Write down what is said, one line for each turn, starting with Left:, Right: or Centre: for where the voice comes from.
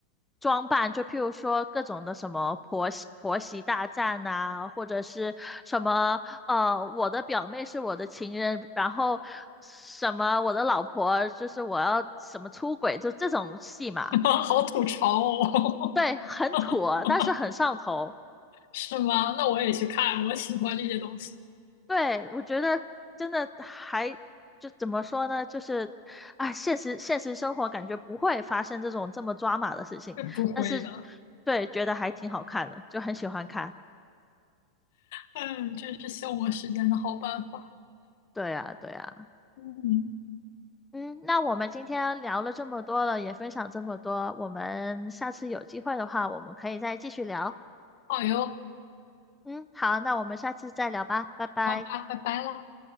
Centre: 装扮，就譬如说各种的什么婆媳婆媳大战呐、或者是什么呃，我的表妹是我的情人，然后什么我的老婆就是我要什么出轨，就这种戏嘛，
Left: <laughs> 好吐槽哦，
Centre: 对，很土啊但是很上头。
Left: <laughs> 是吗？那我也去看，我喜欢这些东西，
Centre: 对，我觉得真的还就怎么说呢？就是啊，现实现实生活感觉不会发生这种这么抓马的事情，
Left: 是不会的。
Centre: 但是对，觉得还挺好看的，就很喜欢看。
Left: 嗯，真是消磨时间的好办法。
Centre: 对啊，对啊。
Left: 嗯，
Centre: 嗯，那我们今天聊了这么多了，也分享这么多，我们下次有机会的话，我们可以再继续聊。
Left: 好哟，
Centre: 嗯，好，那我们下次再聊吧，拜拜。
Left: 好吧，拜拜啦。